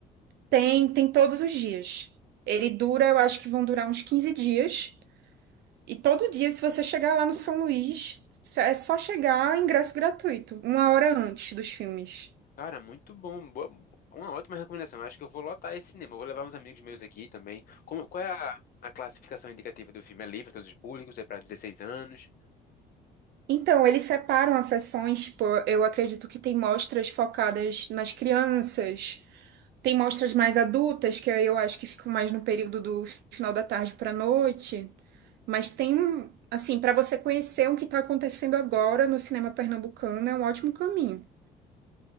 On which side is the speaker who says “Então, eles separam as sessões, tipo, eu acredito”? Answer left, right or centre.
Right